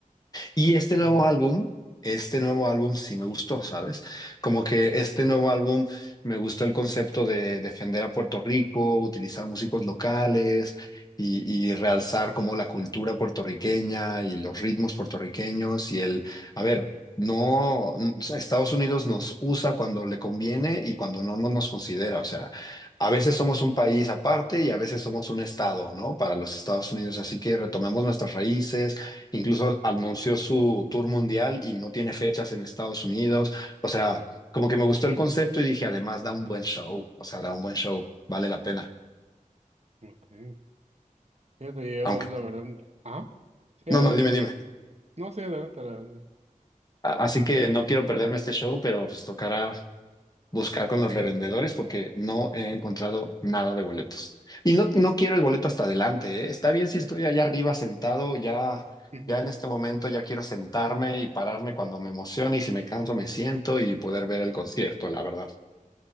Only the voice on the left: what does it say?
Y este nuevo
álbum, este nuevo álbum sí me gustó, ¿sabes? Como que este nuevo álbum me gustó el concepto de defender a Puerto Rico, utilizar músicos locales y, y realzar como la cultura puertorriqueña y los ritmos puertorriqueños y el, a ver. No, n- o sea, Estados Unidos nos usa cuando le conviene y cuando no, no nos considera. O sea, a veces somos un país aparte y a veces somos un estado, ¿no? Para los Estados Unidos. Así que retomemos nuestras raíces, Incluso anunció su tour mundial y no tiene fechas en Estados Unidos. O sea, como que me gustó el
concepto y dije, además da un buen show. O sea, da un buen show. Vale la pena.
Aunque,
no,
no, dime, dime.
A- Así que no quiero perderme este show, pero pues tocará buscar con los revendedores porque no he encontrado nada de boletos. Y no, no quiero el boleto hasta adelante, ¿eh? Está bien si estoy allá arriba sentado, ya,
ya en este momento ya quiero sentarme y pararme cuando me emocione y si me canso me siento y poder ver el concierto, la verdad.